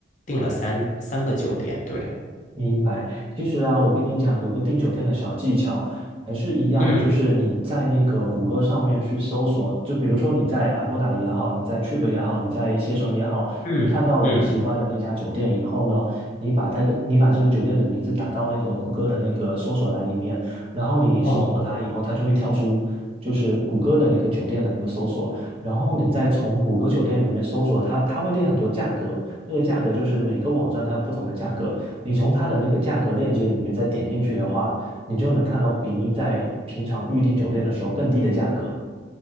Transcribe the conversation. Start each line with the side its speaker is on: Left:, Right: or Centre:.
Left: 订了三三个酒店，对，
Right: 明白。其实啊，我跟你讲，有个订酒店的小技巧，还是一样，
Left: 嗯
Right: 就是你在那个谷歌上面去搜索，就比如说你在 Agoda 也好，你在 Trip 也好，你在携程也好，
Left: 嗯嗯，
Right: 你看到了你喜欢的那家酒店以后呢，你把这个你把这个酒店的名字打到那个谷歌的那个搜索栏里面，然后你搜索它以后，
Left: 哦。
Right: 它就会跳出就是谷歌的那个酒店的那个搜索，然后你再从谷歌酒店里面搜索它，它会列很多价格，那个价格就是每个网站它有不同的价格。你从它的那个价格链接里面再点进去的话，你就能看到比你在平常预订酒店的时候更低的价格。